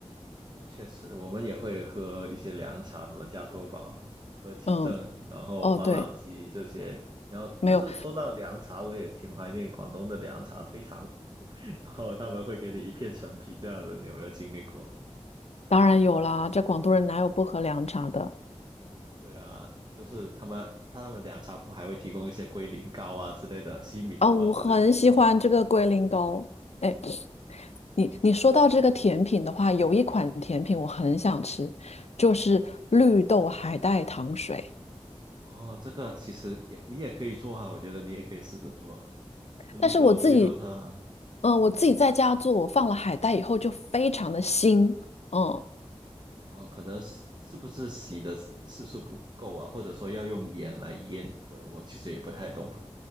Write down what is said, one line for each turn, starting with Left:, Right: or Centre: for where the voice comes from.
Right: 哦，确实，我们也会喝一些凉茶，什么加多宝、和其正，
Left: 嗯，
Right: 然后王老吉这些。
Left: 哦对，
Right: 然后就是说到凉茶，
Left: 没有，
Right: 我也挺怀念广东的凉茶，非常。<laughs> 然后他们会给你一片陈皮这样的，你有没有经历过？
Left: 当然有啦，这广东人哪有不喝凉茶的？
Right: 对啊，就是他们他们凉茶铺还会提供一些龟苓膏啊之类的、西米露啊之类的甜品。
Left: 哦，我很喜欢这个龟苓膏。哎，你你说到这个甜品的话，有一款甜品我很想吃，就是绿豆海带糖水。
Right: 哦，这个其实也你也可以做啊，我觉得你也可以试着做绿豆绿豆汤啊
Left: 但是我自己，嗯、我自己在家做，
Right: 嗯。
Left: 我放了海带以后就非常的腥。嗯，
Right: 呃，可能是是不是洗的次数不够啊，或者说要用盐来腌一会儿我其实也不太懂，